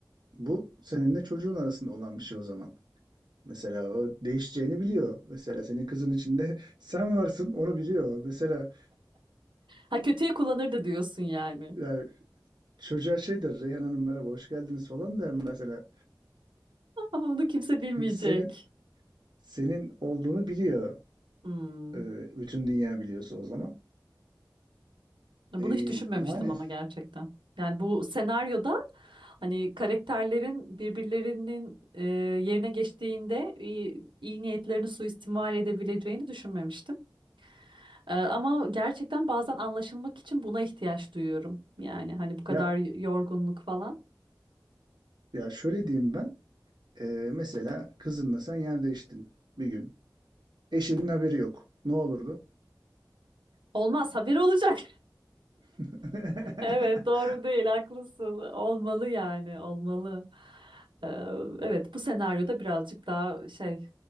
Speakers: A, on the right; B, on the right.
A: bu seninle çocuğun arasında olan bir şey o zaman. Mesela o değişeceğini biliyor. Mesela senin kızın içinde <laughs> sen varsın onu biliyor. Mesela
B: Ha kötüye kullanırdı diyorsun yani.
A: yani çocuğa şey der Reyhan Hanım merhaba hoş geldiniz falan der mesela.
B: <laughs> Ama onu kimse bilmeyecek.
A: Çünkü senin Senin olduğunu biliyor.
B: Hmm.
A: e, bütün dünya biliyorsa o zaman.
B: Bunu
A: E,
B: hiç düşünmemiştim
A: yani
B: ama gerçekten. Yani bu senaryoda hani karakterlerin birbirlerinin e, yerine geçtiğinde iyi, iyi niyetlerini suistimal edebileceğini düşünmemiştim. E, ama gerçekten bazen anlaşılmak için buna ihtiyaç duyuyorum. Yani hani bu kadar
A: Ya
B: yorgunluk falan.
A: ya şöyle diyeyim ben. e, mesela kızınla sen yer değiştin bir gün. Eşinin haberi yok. Ne olurdu?
B: Olmaz, haberi olacak.
A: <laughs>
B: Evet doğru değil haklısın. Olmalı yani olmalı. Ee, evet bu senaryoda birazcık daha şey